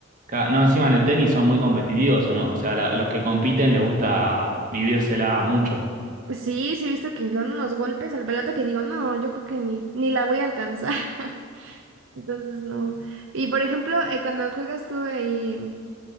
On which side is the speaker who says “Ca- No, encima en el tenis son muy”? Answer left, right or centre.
Right